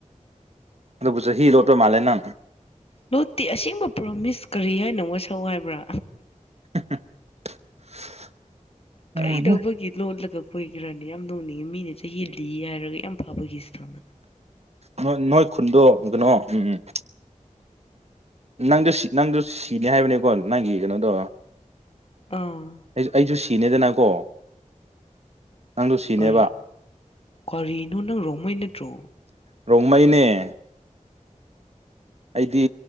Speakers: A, on the right (about 55°); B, on the left (about 50°).
A: ꯑꯗꯨ ꯄꯨꯁ ꯍ ꯔꯣꯗꯔ ꯃꯥꯂꯦ ꯅ
B: ꯅꯣꯠꯇꯤ ꯑꯁꯦꯡꯕ ꯄ꯭ꯔꯣꯃꯤꯁ ꯀꯔꯤ ꯍꯥꯏꯅ ꯑꯃ ꯋꯥ ꯁꯛ ꯍꯥꯏꯕ꯭ꯔꯥ
A: <inaudible> ꯎꯝ
B: ꯀꯔꯤꯗꯧꯕꯒꯤ ꯂꯣꯜꯂꯒ ꯑꯩꯈꯣꯏ ꯈꯔꯅꯦ ꯌꯥꯝ ꯅꯣꯡꯅꯤꯡꯉꯤ ꯃꯤꯅꯦ ꯆꯍꯤ ꯂꯤ ꯍꯥꯏꯔꯒ ꯌꯥꯝ ꯐꯕꯒꯤꯁꯤꯇꯪꯗ
A: ꯅꯣꯏ ꯅꯣꯏ ꯈꯨꯟꯗꯣ ꯀꯩꯅꯣ ꯎꯝ ꯎꯝ ꯅꯪꯗꯨ ꯁꯤ ꯅꯪꯗꯨ ꯁꯤꯒꯦ ꯍꯥꯏꯕꯅꯤꯀꯣ ꯅꯪꯒꯤ ꯀꯩꯅꯣꯗꯣ
B: ꯑꯥ
A: ꯑꯩ ꯑꯩꯁꯨ ꯁꯤꯅꯦꯗꯅꯀꯣ ꯅꯪꯗꯨ ꯁꯤꯅꯦꯕ
B: ꯀꯔꯤ ꯀꯔꯤꯅꯣꯅ ꯔꯣꯃꯦ ꯏꯅꯠꯇꯔꯣ
A: ꯔꯣꯡꯃꯩꯅꯦ
B: <inaudible>
A: ꯑꯩꯗꯤ